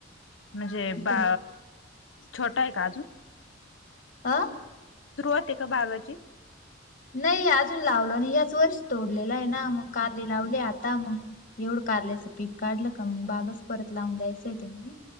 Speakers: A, on the left (about 70°); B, on the left (about 45°).
A: म्हणजे बा
B: ते
A: छोटा हाय का अजून?
B: आं.
A: सुरुवात आहे का बागाची?
B: नाही अजून लावलं नाही. ह्याच वर्षी तोडलेला आहे ना, मग कारली लावली. आता मग एवढं कारल्यायचं पीक काढलं का? मग बागच परत लावून द्यायचय ते.